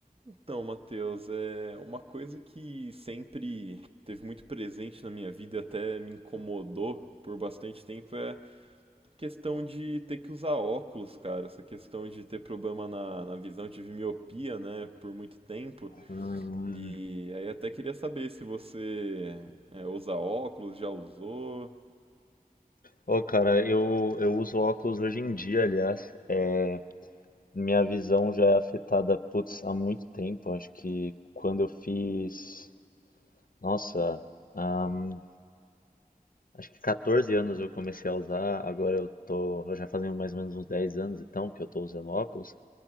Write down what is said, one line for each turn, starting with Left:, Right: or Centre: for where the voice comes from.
Right: Então, Matheus, é uma coisa que sempre teve muito presente na minha vida e até me incomodou por bastante tempo é a questão de ter que usar óculos, cara. Essa questão de ter problema na, na visão, tive miopia, né, por muito tempo.
Left: Hum.
Right: E aí até queria saber se você é, usa óculos, já usou.
Left: Ô, cara, eu, eu uso óculos hoje em dia, aliás. É, minha visão já é afetada, putz, há muito tempo. Acho que quando eu fiz. Nossa, ahn, acho que 14 anos eu comecei a usar. Agora eu tô. Já fazem mais ou menos uns 10 anos então que eu tô usando óculos.